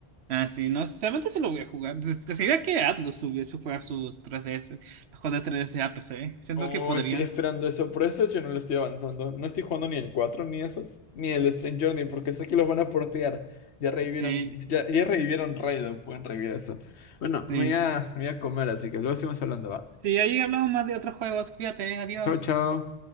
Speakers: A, on the right; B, on the left.
A: Ah, sí, no, sinceramente sí lo voy a jugar. Pues, Se- Sería que Atlus subiese a jugar sus 3DS, los juegos de tres D S a P C Siento
B: Oh,
A: que podrían.
B: estoy esperando eso. Por eso yo no lo estoy avanzando. No estoy jugando ni el 4 ni esos. Ni el Strange Journey, porque sé que los van a portear. Ya revivieron,
A: Sí,
B: ya, ya revivieron Raido. Pueden revivir eso. Bueno,
A: Sí.
B: me voy a, me voy a comer, así que luego seguimos hablando, ¿va?
A: Sí, ahí hablamos más de otros juegos. Cuídate, adiós.
B: Chao, chao.